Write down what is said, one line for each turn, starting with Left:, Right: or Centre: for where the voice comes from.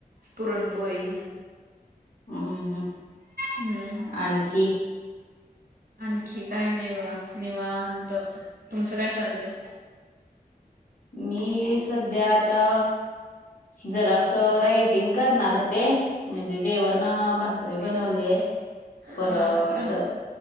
Right: पुरणपोळी
Left: हम्म हम्म
Right: हम्म
Left: आणखी
Right: आणखी काही नाही बघा निवात तुमचं काय चाललंय?
Left: मी सध्या आता जरा असं रायटिंग करणार होते. म्हणजे जेवण भाकरी बनवले
Right: हा
Left: परत
Right: का